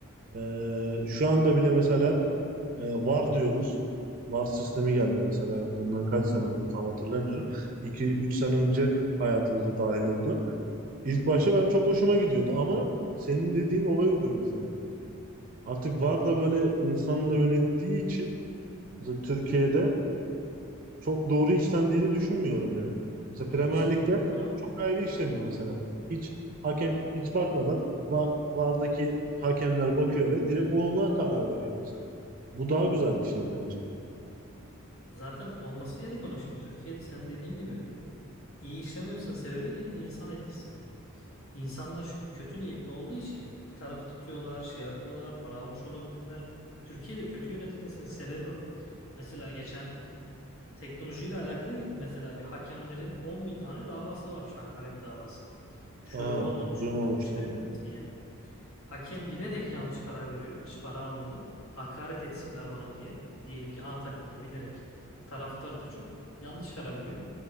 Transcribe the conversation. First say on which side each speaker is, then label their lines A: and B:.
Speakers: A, on the right; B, on the left.
A: Ee, şu anda bile mesela e, VAR diyoruz. VAR sistemi geldi mesela bundan kaç sene önce tam hatırlamıyorum. iki üç sene önce hayatımıza dahil oldu. İlk başta ben çok hoşuma gidiyordu ama senin dediğin olay oluyor mesela. Artık VAR da böyle insanla yönettiği için mesela Türkiye'de çok doğru işlendiğini düşünmüyorum yani. Mesela Premier
B: İşte
A: Lig'de
B: o zaman
A: çok ayrı işleniyor mesela. Hiç hakem hiç bakmadan va- VAR'daki hakemler bakıyor ve direkt onlar karar veriyor mesela. Bu daha güzel bir şey bence.
B: zaten olması gereken o. Şimdi Türkiye'de sen dediğin gibi iyi işlememesinin sebebi yine insan etkisi. İnsanlar şu kötü niyetli olduğu için bir tarafı tutuyorlar, şey yapıyorlar, para almış olabilirler. Türkiye'de kötü yönetilmesinin sebebi o. Mesela geçen teknolojiyle alakalı girdi. Mesela bir hakemlerin on bin tane davası varmış, hakaret davası. Şöyle
A: Aa,
B: olduğunu düşün-
A: duymamıştım.
B: düşünebilir misin yani? Hakem bilerek yanlış karar veriyor, hiç para almadı. Hakaret etsinler bana diye. Diyelim ki A takımına bilerek taraftarı da çok yanlış karar veriyor.